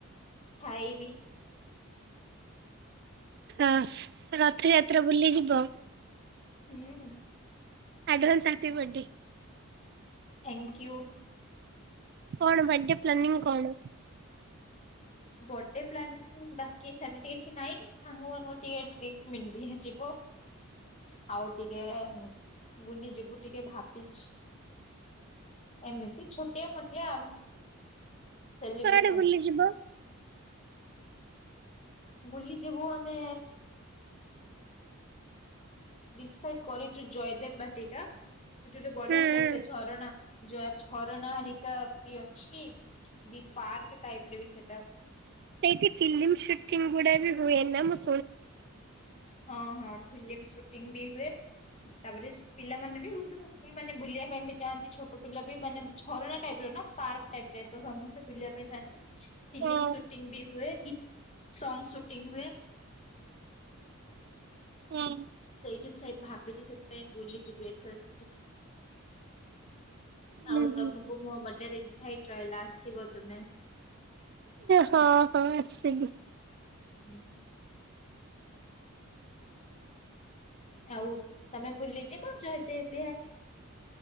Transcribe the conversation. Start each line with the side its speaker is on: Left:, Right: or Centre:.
Left: ଖାଇବି।
Right: ଅ ରଥଯାତ୍ରା ବୁଲି ଯିବ।
Left: ହୁଁ।
Right: Advance happy birthday.
Left: ଥ୍ୟାଙ୍କୟୁ।
Right: କଣ ବାର୍ଥଡେ ପ୍ଲାନିଂ କଣ?
Left: ବର୍ଥଡେ ପ୍ଲାନିଂ ବାକି ସେମିତି କିଛି ନାହିଁ। ସାଙ୍ଗ ମାନଙ୍କୁ ଟିକେ <unintelligible> ଆଉ ଟିକେ ବୁଲି ଯିବୁ ଟିକେ ଭାବିଛି। ଏମିତି ଛୁଟିଆ ମୋଟିଆ ସେଲିବ୍ରେସନ।
Right: କୁଆଡେ ବୁଲିଯିବ
Left: ବୁଲି ଯିବୁ ଆମେ। ଡିସାଇଡ୍ କରିଛୁ ଜୟଦେବ ବାଟିକା ସେଠି ଗୋଟେ ବଢିଆ
Right: ହୁଁ
Left: ପ୍ଲେସ୍
Right: ହୁଁ
Left: ଟେ ଅଛି ଅରଣା ଯହା ଝରଣା ହାରିକା ବି ଅଛି ବି ପାର୍କ ଟାଇପ୍ ରେ ବି ସେଇଟା।
Right: ସେଇଠି ଫିଲ୍ମ ସୁଟିଂ ଗୁଡା ବି ହୁଏ ନା ମୁ
Left: ହଁ ହଁ ଫିଲିମ୍ ସୁଟିଂ ବି ହୁଏ। ତାପରେ ପିଲାମାନେ ବି ବୋହୁତ୍ ମାନେ ବୁଲିବା ପାଇଁ ବି ଯାଆନ୍ତି ଛୋଟ ପିଲା ବି ମାନେ ଝରଣା ଟାଇପ୍ ର ନା ପାର୍କ ଟାଇପ୍ ର ଏକ ସମସ୍ତେ ବୁଲିବା ପାଇଁ ଯଆନ୍ତି। ଫିଲିମ୍
Right: ହଁ
Left: ସୁଟିଂ ବି ହୁଏ ସଙ୍ଗ ସୁଟିଂ ହୁଏ।
Right: ହଁ।
Left: ସେଇଠି ସେଇ ଭାବିଛି ସେଥିପାଇଁ ବୁଲିଯିବୁ ଏଥର ସେଇଠି
Right: ହୁଁ
Left: ଆଉ
Right: ହୁଁ।
Left: ତମକୁ ମୋ ବର୍ଡେରେ ଇନଭାଇଟ ରହିଲା ଆସିବ ତୁମେ।
Right: ହଁ ହଁ ଆସିବି।
Left: ହୁଁ। ଆଉ ତମେ ବୁଲିଯିବ ଜୟତେ ବିହାର।